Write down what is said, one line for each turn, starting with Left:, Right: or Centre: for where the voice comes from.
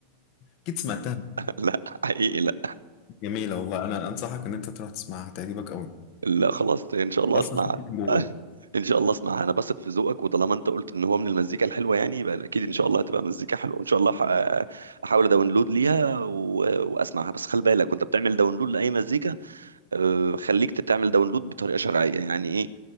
Left: أكيد سمعتها
Right: لا حقيقي لا
Left: جميلة والله أنا أنصحك إن أنت تروح تسمعها هتعجبك قوي
Right: لا خلاص ان شاء الله
Left: أصلا
Right: اسمع
Left: في جوه
Right: <laughs> ان شاء الله اسمعها انا بثق في ذوقك وطالما انت قلت ان هو من المزيكا الحلوه يعني يبقى اكيد ان شاء الله هتبقى مزيكا حلوه ان شاء الله ح- احاول اداونلود ليها و... واسمعها بس خلي بالك وانت بتعمل داونلود لاي مزيكا آه، خليك تعمل داونلود بطريقه شرعيه يعني ايه